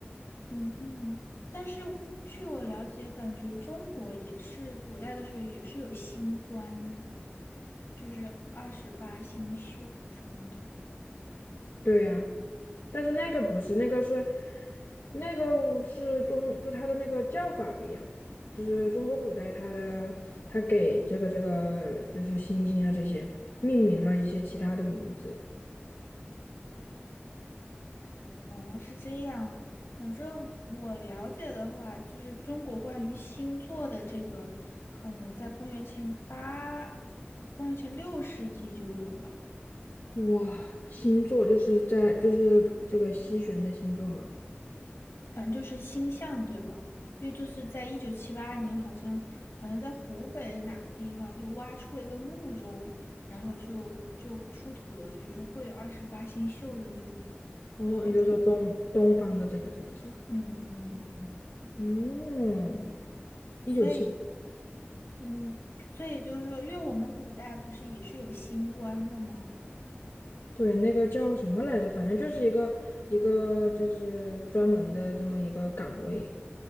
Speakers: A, on the left; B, on the left.
A: 嗯，但是据我了解，感觉中国也是古代的时候也是有星官，就是二十八星宿什么的。
B: 对呀。但是那个不是，那个是那个是中，就它的那个叫法不一样，就是中国古代它的它给这个这个就是星星啊这些命名了一些其他的名字。
A: 哦，是这样。反正我了解的话，就是中国关于星座的这个，可能在公元前八、公元前六世纪就有了。
B: 哇，星座就是在就是这个西玄的星座嘛。
A: 反正就是星象这个，因为就是在一九七八年，好像好像在湖北的哪个地方就挖出了一个墓中，然后就就出土了，就是会有二十八星宿的那种
B: 哦，
A: 那种，
B: 你就说东东方的这个这个是吧？
A: 嗯嗯嗯，
B: 嗯，一九七八。
A: 所以嗯，所以就是说，因为我们古代不是也是有星官的吗？
B: 对，那个叫什么来着？反正就是一个一个就是专门的这么一个岗位。